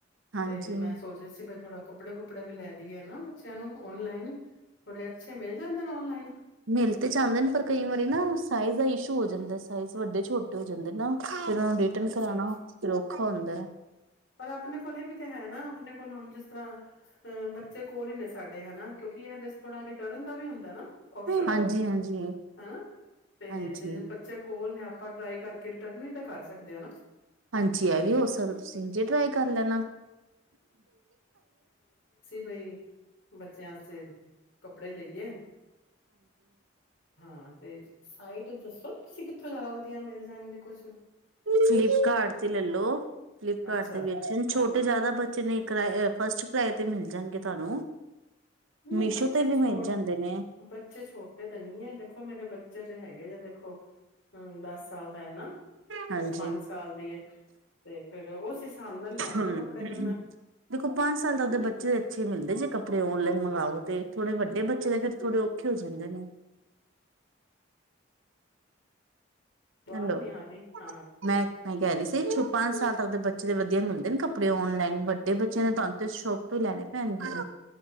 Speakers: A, on the right; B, on the left.
A: ਹਾਂਜੀ
B: ਤੇ ਮੈਂ ਸੋਚ ਰਹੀ ਸੀ ਘਰੋ ਕੱਪੜੇ ਕੁਪੜੇ ਵੀ ਲੈਦੇ ਨਾ ਬੱਚਿਆਂ ਨੂੰ ਓਨਲਾਈਨ ਥੋੜੇ ਅੱਛੇ ਮਿਲ ਜਾਂਦੇ ਨੇ ਔਨਲਾਈਨ
A: ਮਿਲ ਤੇ ਜਾਂਦੇ ਨੇ ਪਰ ਕਈ ਵਾਰੀ ਨਾ ਸਾਈਜ਼ ਦਾ ਇਸ਼ੂ ਹੋ ਜਾਂਦਾ ਸਾਈਜ਼ ਵੱਡੇ ਛੋਟੇ ਹੋ ਜਾਂਦੇ ਨਾ ਫਿਰ ਉਹਨੂੰ ਰਿਟਰਨ
B: ਅੱਛਾ
A: ਕਰਾਉਣਾ
B: ਅੱਛਾ
A: ਫਿਰ ਖਾ ਹੁੰਦਾ ਹੈ
B: ਪਰ ਆਪਣੇ ਕੋਲ ਵੀ ਤੇ ਹੈ ਨਾ ਆਪਣੇ ਕੋਲ ਹੁਣ ਜਿਸ ਤਰ੍ਹਾਂ ਆ ਬੱਚੇ ਕੋਲ ਹੀ ਨੇ ਸਾਡੇ ਹਨ ਨਾ ਕਿਉਂਕਿ ਇਹ ਥੋੜਾ ਰਿਟਰਨ ਦਾ ਵੀ ਹੁੰਦਾ ਉਸ਼ਨ
A: ਹਾਂਜੀ, ਹਾਂਜੀ।
B: ਹਨਾ ਤੇ
A: ਹਾਂਜੀ।
B: ਜੇ ਬੱਚੇ ਕੋਲ ਨੇ ਆਪਾਂ ਟਰਾਈ ਕਰਕੇ ਟਰਮਿਨ ਤਾਂ ਕਰ ਸਕਦੇ ਆ
A: ਹਾਂਜੀ ਇਹ ਵੀ ਹੋ ਸਕਦਾ ਤੁਸੀ ਦੁਜੀ ਟਰਾਈ ਕਰ ਲੈਣਾ
B: ਬਾਈ ਬੱਚਿਆਂ ਵਾਸਤੇ ਕੱਪੜੇ ਲਏ ਹਾਂ ਤੇ ਸਾਈਟ ਦੱਸੋ ਤੁਸੀਂ ਕਿੱਥੋਂ ਜ਼ਿਆਦਾ ਵਧੀਆ ਮਿਲ ਜਾਣਗੇ ਕੁਛੱ
A: ਫਲੀਪਕਾਟ ਲੱਲੋ ਘਰ
B: ਅੱਛਾ
A: ਦੇ ਵਿੱਚ ਛੋਟੇ ਜਿਆਦਾ ਬੱਚੇ ਨੇ ਫਸਟ ਕਿਰਾਏ ਤੇ ਮਿਲ ਜਾਣਗੇ ਤੁਹਾਨੂੰ
B: ਨਹੀਂ
A: ਮੀਸ਼ੋ
B: ਬੱਚੇ ਤੇ
A: ਵੀ ਮਿਲ ਜਾਂਦੇ ਨੇ
B: ਬੱਚੇ ਛੋਟੇ ਤਾਂ ਨਹੀਂ ਹੈ ਦੇਖੋ ਮੇਰੇ ਬੱਚੇ ਤਾਂ ਹੈਗੇ ਜੇ ਦੇਖੋ ਹਾ ਦਸ ਸਾਲ ਦਾ ਹੈ ਨਾ
A: ਹਾਂਜੀ
B: ਇੱਕ ਪੰਜ ਸਾਲ ਦੀ ਹੈ ਤੇ ਫੇਰ ਉਸ ਹਿਸਾਬ ਨਾਲ ਲੈਣੇ
A: ਹਮ
B: ਨੇ ਕੱਪੜੇ ਤਾਂ ਮੈਂ
A: ਦੇਖੋ ਪੰਜ ਸਾਲ ਤਾਂ ਬੱਚੇ ਨੂੰ ਅੱਛੇ ਮਿਲਦੇ ਜੇ ਕੱਪੜੇ ਆਪਣੇ ਓਨਲਾਈਨ ਮੰਗਵਾਓ ਤੇ ਥੋੜੇ ਵੱਡੇ ਬੱਚੇ ਦੇ ਫਿਰ ਥੋੜੇ ਔਖੇ ਹੋ ਜਾਂਦੇ ਨੇ
B: ਆਵਾਜ਼
A: ਹੈਲੋ
B: ਨਹੀਂ ਆ ਰਹੀ ਹਾਂ
A: ਮੈਂ ਮੈਂ ਕਹਿ ਰਹੀ ਸੀਪੰਜ ਸਾਲ ਤੱਕ ਦੇ ਬੱਚੇ ਦੇ ਵਧੀਆ ਮਿਲਦੇ ਨੇ ਕੱਪੜੇ ਔਲਾਈਨ ਵੱਡੇ ਬੱਚਿਆਂ ਦੇ ਤਾ ਸ਼ੋਪ ਤੋਂ ਹੀ ਲੈਣੇ ਪੈਣਗੇ